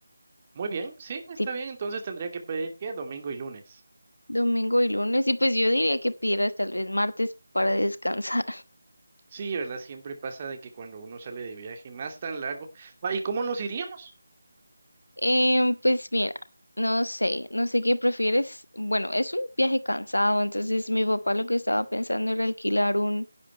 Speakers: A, on the right (about 30°); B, on the left (about 80°).
A: Muy bien, sí, está
B: Sí,
A: bien, entonces tendría que pedir que domingo y lunes.
B: domingo y lunes, y pues yo diría que pidieras tal vez martes para descansar.
A: Sí, ¿verdad? Siempre pasa de que cuando uno sale de viaje más tan largo. Ah, ¿Y cómo nos iríamos?
B: Em, pues mira, no sé, no sé qué prefieres. Bueno, es un viaje cansado, entonces mi papá lo que estaba pensando era alquilar un,